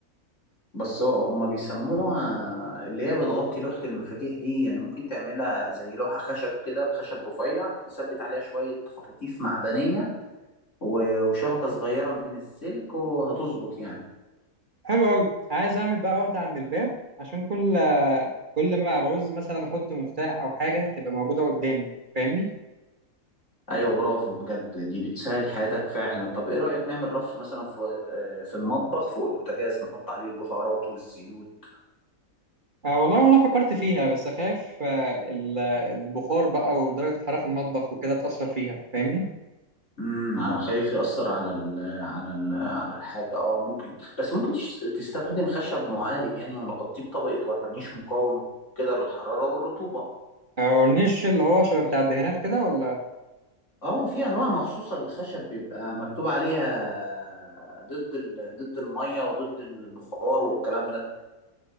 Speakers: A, on the left; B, on the right.
A: بس هو هما بيسموها اللي هي بتغطي لوحة المفاتيح دي يعني ممكن تعملها زي لوحة خشب كده بخشب رفيع تثبت عليها شوية خطاطيف معدنية و- وشبكة صغيرة من السلك وهتظبط يعني
B: حلو قوي عايز اعمل بقى واحدة عند الباب عشان كل آه، كل ما بعوز مثلا احط مفتاح او حاجة تبقى موجودة قدامي فاهمني
A: أيوة برافو بجد دي بتسهل حياتك فعلا طب إيه رأيك نعمل رف مثلا في آه، في المطبخ فوق البوتاجاز نحط عليه البهارات والزيوت
B: آه والله وانا فكرت فيها بس خايف آه، ال- آه، البخار بقى ودرجة الحرارة في المطبخ وكده تأثر فيها فاهمني
A: امم ع- خايف يأثر على ال على ال على الحاجة اه ممكن بس ممكن تش- تستخدم خشب معالج يعني ونغطيه بطبقة ورنيش مقاوم كده للحرارة والرطوبة
B: آه، والنيش اللي هو شبه بتاع الدهانات كده ولا
A: اه في انواع مخصوصة للخشب بيبقى مكتوب عليها ضد ال ضد المية وضد البخار والكلام ده